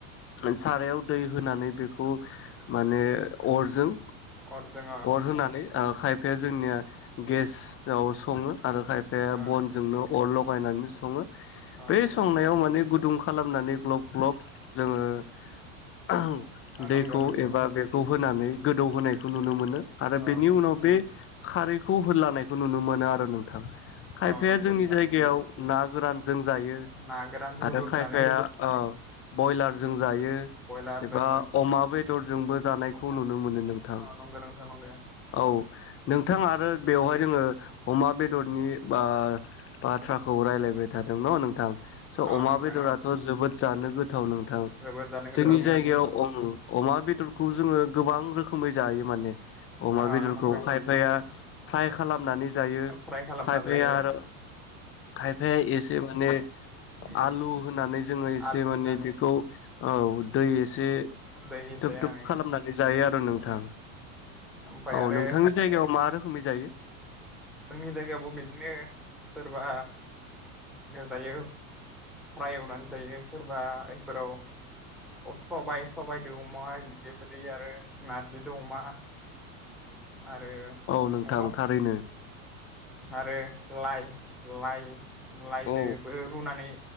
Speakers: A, on the left; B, in the centre.
A: सारायाव दै होनानै बेखौ माने अरजों
B: अरजों अ
A: अर होनानै ओ खायफाया जोंनिया गेस आव सङो आरो खायफाया
B: अ
A: बनजोंनो अर ल' बाहायनानै स सङो
B: अ
A: बै
B: नंगो
A: संनायाव
B: नोंथां
A: माने गुदुं खालामनानै ग्लब ग्लब जोङो
B: अ
A: दैखौ
B: नंगो नंगो
A: एबा बेखौ होनानै गोदौ होनायखौ नुनो मोनो आरो
B: अ
A: बेनि
B: नंगो
A: उनाव बे खारैखौ होलानायखौ नुनो मोनो आरो । नोंथां खायफाया
B: अ नंगो
A: जोंनि
B: नोंथां
A: जायगायाव ना गोरान जों जायो
B: ना गोरान रुदुबनानै
A: आरो खायफाया अ बयलारजो जों जायो
B: बयलारजों
A: एबा अमा बेदर जोंबो जानाय खौ
B: अमा
A: नुनो मोनो नोंथां
B: अ नंगौ नोंथां नंगौ
A: औ। नोंथां आरो बेवहाय जोङो अमा बेदरनि बा-बाथ्राखौ रायज्लायबाय। थादों न नोंथां स'
B: अ
A: अमा
B: नोंथां
A: बेदराथ' जोबोद जानो गोथाव नोंथां
B: जोबोद जानो
A: जोंनि
B: गोथाव उम
A: जायगायाव अमा बेदर खौ जोङो गोबां रोखोमै जायो माने अमा
B: अ
A: बेदरखौ
B: नंगौ
A: खायफाया फ्राय खालामनानै जायो
B: फ्राय खालामना
A: खायफाया
B: जायो
A: आरो खायफाया एसे माने
B: उम
A: आलु होनानै जोङो एसे
B: आलु
A: माने
B: होनानै
A: बेखौ औ दै एसे
B: दै एसे
A: थुब
B: होनानै
A: थुब खालामनानै जायो आरो
B: उम
A: नोंथां
B: ओमफ्राय
A: औ
B: आरो
A: नोंथांनि जायगायाव मा रोखोमै जायो
B: जोंनि जायगायावबो बिदिनो सोरबा जायो फ्राय एवनानै जायो सोरबा बेफोराव सबाय सबायाइदो अमा बेबायदि आरो नारजिदो अमा आरो
A: औ नोंथां
B: मबा
A: थारैनो
B: आरो लाइ लाइ लायदोबो
A: औ
B: रुनानै